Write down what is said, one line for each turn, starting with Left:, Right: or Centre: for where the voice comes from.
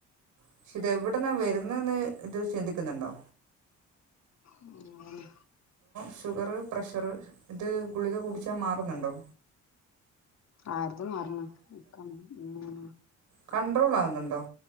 Right: പക്ഷേ ഇതെവിടെന്നാണ് വരുന്നേന്ന് ഇത് ചിന്തിക്കുന്നുണ്ടോ
Left: ഉം ങ്ങനെ
Right: ഷുഗറ് പ്രഷറ് ഗുളിക കുടിച്ചാ മാറുന്നുണ്ടോ
Left: ആർദ് മാറുന്നു ഉം
Right: കണ്ട്രോൾ ആകുന്നുണ്ടോ